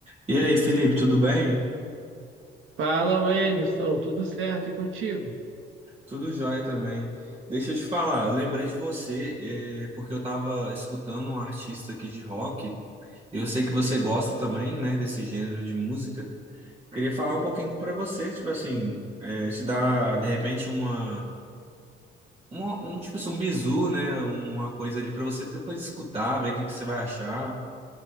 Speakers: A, on the right; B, on the right.
A: E aí, Felipe, tudo bem?
B: Fala, Wenderson, tudo certo e contigo?
A: Tudo jóia também. Deixa eu te falar, eu lembrei de você, é, porque eu estava escutando um artista aqui de rock, e eu sei que você gosta também, né, desse gênero de música. Queria falar um pouquinho para você, tipo assim, é, te dar, de repente, uma, uma- um, tipo assim, um bizu, né, uma coisa ali para você depois escutar, ver o que que você vai achar.